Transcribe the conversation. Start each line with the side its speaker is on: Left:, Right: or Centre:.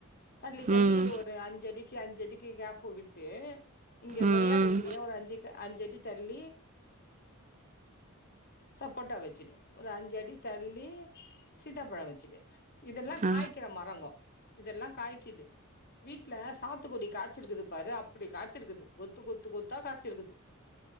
Left: தள்ளி தள்ளி
Right: ம்.
Left: ஒரு அஞ்சடி க்கு அஞ்சடிக்கு கேப்பு விட்டு இங்க
Right: ம்,
Left: கொய்யா
Right: ம்.
Left: வைக்கிறியா ஒரு அஞ்சுக்கா அஞ்சடி தள்ளி சப்போட்டா வச்சுடு ஒரு அஞ்சடி தள்ளி சீதாப்பழோ வச்சுட்டு இதெல்லா
Right: ஆ.
Left: காய்க்கிற மரங்கோ இதெல்லா காய்க்குது வீட்ல சாத்துக்கொடி காய்ச்சிருக்குது பாரு அப்படி காய்ச்சிருக்குது கொத்து கொத்து கொத்தா காய்ச்சிருக்குது